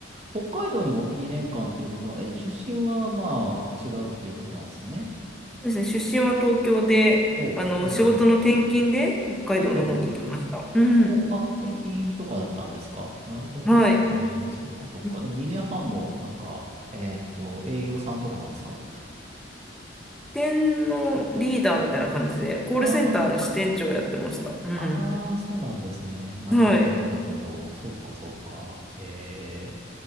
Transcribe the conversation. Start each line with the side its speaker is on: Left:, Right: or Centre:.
Right: 北海道に2年間っていうことは、え、出身はまあ違うっていうことなんですよね。
Centre: そうですね、出身は東京で、
Right: おお、
Centre: あの、
Right: なるほど。
Centre: 仕事の転勤で北海道の方に行きました。
Right: おお、おお、
Centre: うん。
Right: あ、転勤とかだったんですか。なるほどっすね。
Centre: はい。
Right: そっかそっか。
Centre: 支
Right: でも2年半もなんか、えーっと、営業さんとかなんですか
Centre: 店のリーダーみたいな感じで、コールセンターの支店長をやってました。
Right: あ
Centre: うん。
Right: ああ、そうなんですね。なるほど、
Centre: はい。
Right: なるほど。そっか、そっか。へえ。